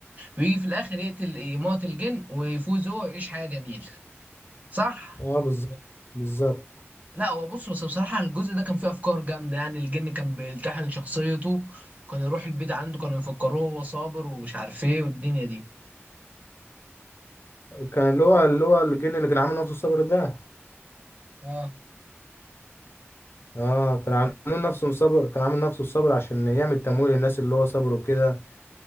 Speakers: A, on the right; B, on the left.
A: ويجي في الاخر يقتل يموت الجن ويفوز هو ويعيش حياه جميله صح
B: اه بالظبط بالظبط
A: لا هو بص بس بصراحه الجزء ده كان فيه افكار جامده يعني الجن كان بيلتحم شخصيته كان يروح البيت عنده كانوا يفكروه هو صابر ومش عارف ايه والدنيا دي
B: كان اللي هو اللي هو الجن اللي كان عامل نفسه الصبر ده
A: اه
B: اه كان عامل نفسه الصبر كان عامل نفسه الصبر عشان يعمل تمويل للناس اللي هو صبروا كده